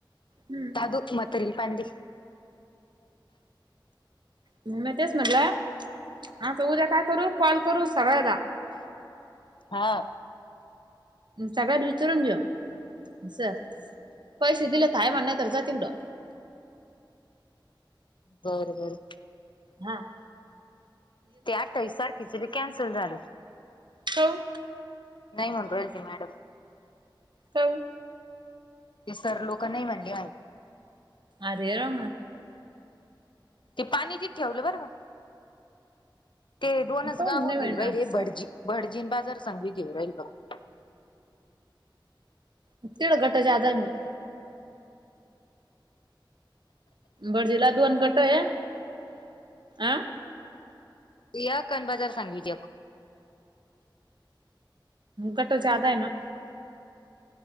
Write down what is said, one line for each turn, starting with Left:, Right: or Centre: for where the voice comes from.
Right: हम्म,
Left: अदु, मातारीला पाणी दे.
Right: म म तेच म्हटलं,, आता उद्या काय करू, कॉल करू सगळदा.
Left: हां,
Right: सगळ्यात विचारून घेऊ,, अस, पैसे दिलेतय म्हण नाही तर जा तिकडं.
Left: बरं, बरं.
Right: हां,,
Left: ते, आठाईसारखेच बि कॅन्सल झाल.
Right: काउऽ
Left: नाही म्हणू रायली ती मॅडम.
Right: काऽ
Left: ते सर लोक नाही म्हणले म्ह
Right: अररा
Left: ते पाणी तित ठेवलं बरं का,, ते दोनच
Right: काऊन
Left: गावं
Right: नाही
Left: घेऊ
Right: म्हणे
Left: राहिले
Right: मागचं
Left: भटजी भडजीन बाजार संघी घेऊ राहील फघत.
Right: तेढा घटं ज्यादा आहे म बर्जीला दोन गट य,, अं
Left: या कन बाजार सांगलीत एक.
Right: गट जादा आहे ना.